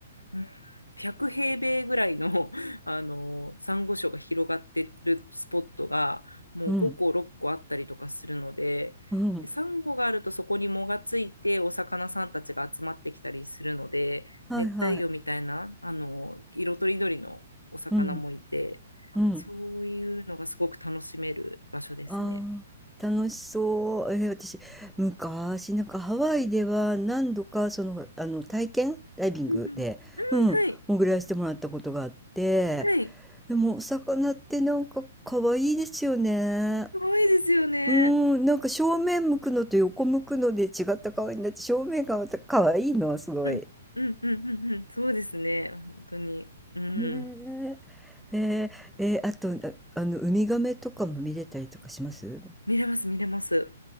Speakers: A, on the left (about 80°); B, in the centre.
A: うん100平米ぐらいの、<laughs> あの、珊瑚礁が広がってるスポットが、もう5個、
B: うん。
A: 6個あったりとかするので、
B: うん。
A: で、サンゴがあるとそこに藻がついて、お魚さんたちが集まってきたりするので、
B: はいはい。
A: 熱帯魚みたいな、あの、色とりどりのお魚もいて、
B: うん。うん。
A: そういうのがすごく楽しめる場所ですね。
B: ああ、楽しそう。えー私、昔、なんかハワイでは何度か、その、あの、体験ダイビングで、
A: うんうんうん
B: うん、
A: はい、
B: 潜らせてもらったことがあって、
A: はい、
B: でも、お魚ってなんか可愛いですよね。
A: すごいですよね。
B: うん、なんか正面向くのと横向くので違った顔になって、正面がまた可愛いの、すごい。
A: うん、うん、うん、うん、うんそうですね、本当に。うん。
B: ねえ。えーえーあと、ああの、ウミガメとかも見れたりとかします
A: 見れます、見れます。